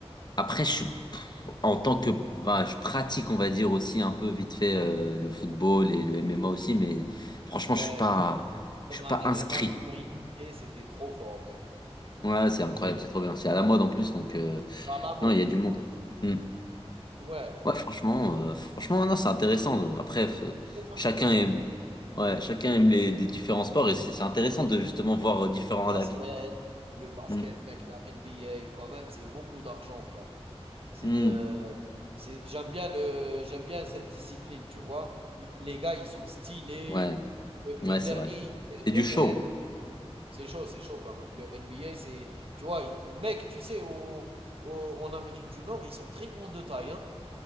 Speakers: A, on the left (about 40°); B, on the right (about 60°).
A: après, je suis, pff, en tant que, bah, je pratique, on va dire aussi un peu vite fait euh, le football et le MMA aussi, mais franchement,
B: Ouais,
A: je suis pas,
B: ouais.
A: je
B: M
A: suis
B: M A
A: pas
B: M
A: inscrit.
B: M A, ils m'ont initié, c'était trop fort, mec.
A: Ouais, c'est incroyable, c'est trop bien. C'est à la mode en plus, donc euh,
B: C'est à la mode.
A: non, il y a du monde. Hmm.
B: Ouais,
A: Ouais, franchement, euh, franchement, non, c'est intéressant. Après, f-
B: très
A: chacun
B: intéressant,
A: aime,
B: mec.
A: ouais, chacun aime les, des différents sports et c'est c'est intéressant de justement voir euh, différents
B: Le basket,
A: avis.
B: le basket,
A: Mm.
B: mec, la N B A quand même, c'est beaucoup d'argent, frère. C'est
A: Mm.
B: euh, C'est, j'aime bien le, j'aime bien cette discipline, tu vois. Ils- les gars, ils sont stylés.
A: Ouais,
B: Le,
A: ouais,
B: le dernier,
A: c'est vrai.
B: il fait
A: C'est du
B: 2
A: show.
B: mètres. C'est chaud, c'est chaud quand même. Le NBA, c'est, tu vois, il- mec, tu sais, au, au- en Amérique du Nord, ils sont très grands de taille, hein.